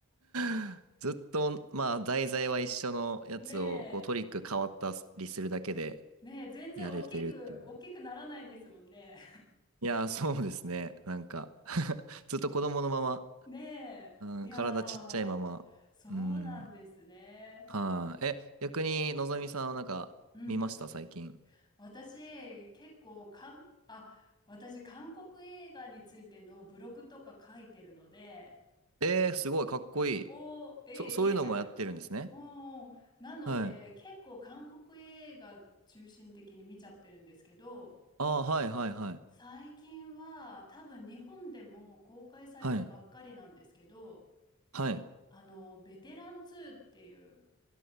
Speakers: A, on the right (about 75°); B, on the left (about 20°).
A: <laughs> ずっと、まあ、題材は一緒のやつを、
B: ン。ねえ。
A: こう、トリック変わったりするだけで
B: ねえ、全然大きく、
A: やれてるっていう。
B: 大きくならないですもんね。
A: いやー、そうですね。なんか <laughs> ずっと子供のまま、
B: <laughs> ねえ。いやー、
A: うん、体ちっちゃいまま。
B: そうなんですね。
A: うん。はい。え、逆に、のぞみさんはなんか、
B: うんうん。
A: 見ました最近。
B: 私、結構、かん、あ、私、韓国映画についてのブログとか書いてるので、
A: えー、すごい、かっこいい。
B: おー、ええいやいや。
A: そ、そういうのもやってるんですね。
B: おー、なので、
A: はい。
B: 結構韓国映画中心的に見ちゃってるんですけど、
A: ああ、はい、はい、はい。
B: 最近は多分日本でも公開されたばっかりなんですけど、
A: はい。はい。
B: あの、ベテラン2っていう、